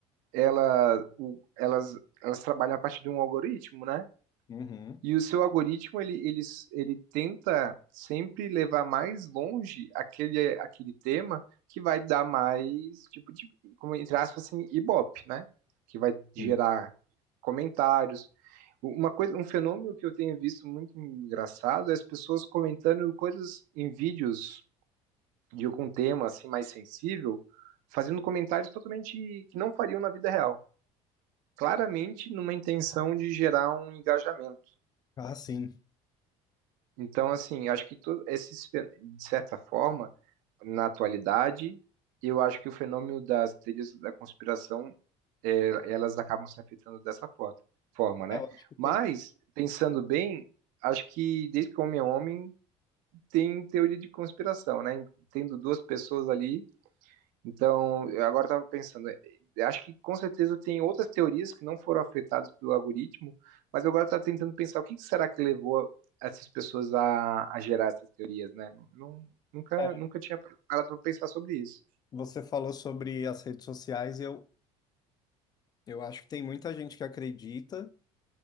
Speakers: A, on the right; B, on the left.
A: ela- o- elas, elas trabalham a partir de um algoritmo, né?
B: Uhum.
A: E o seu algoritmo, ele, ele, ele tenta sempre levar mais longe aquele, aquele tema que vai dar mais, tipo, de, como entre aspas, assim, ibope, né? Que vai gerar
B: Sim.
A: comentários. Uma coisa, um fenômeno que eu tenho visto muito engraçado é as pessoas comentando coisas em vídeos de algum tema, assim, mais sensível, fazendo comentários totalmente que não fariam na vida real. Claramente numa intenção de gerar um engajamento.
B: Ah, sim.
A: Então, assim, acho que todo esses, fe- de certa forma, na atualidade, eu acho que o fenômeno das teorias da conspiração, é, elas acabam se afetando dessa fo- forma, né?
B: É, eu acho que tem.
A: Mas, pensando bem, acho que desde que o homem é homem, tem teoria de conspiração, né? Tendo duas pessoas ali então, eu agora estava pensando, eh, acho que com certeza tem outras teorias que não foram afetadas pelo algoritmo, mas eu agora estava tentando pensar o que que será que levou essas pessoas a, a gerar essas teorias, né? Nun- Nunca,
B: é,
A: nunca tinha parado para pensar sobre isso.
B: Você falou sobre as redes sociais e eu, eu acho que tem muita gente que acredita.